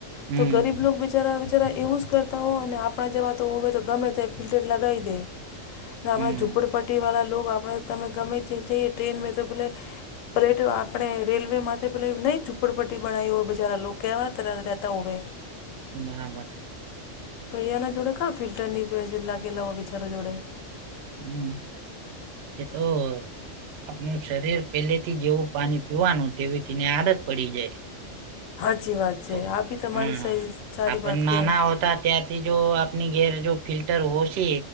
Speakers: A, on the right (about 65°); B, on the left (about 85°).
A: હમ
B: તો ગરીબ લોક બિચારા બચારા એવું જ કરતા હો, અને આપણા જેવા તો હવે ગમે તે ફિલ્ટર લગાઈ દે. ને આપણા
A: હમ
B: ઝુંપડપટ્ટી વાળા લોક આપણે તમે ગમે જે જે ટ્રેન મે તો પેલે પ્લેટ આપણે રેલવે માથે નહી ઝુંપડપટ્ટી બનાઈ હો, પછ જરા લોકો કેવા તરા રહેતા હોવે
A: બા વત
B: તો અહીં ના જોડે કા ફિલ્ટર ની લાગે લો બિચારા જોડે
A: હમ એ તો આપનું શરીર પહેલેથી જેવું પાણી પીવાનું તેવી તીને આદત પડી જાય
B: હાચી વાત છે,
A: તો
B: આ ભી તમારી
A: હા
B: સ સારી
A: આપણ
B: વાત
A: નાના
B: કેવાય
A: હોતા ત્યારથી જો આપની ઘેર જો ફિલ્ટર હોશે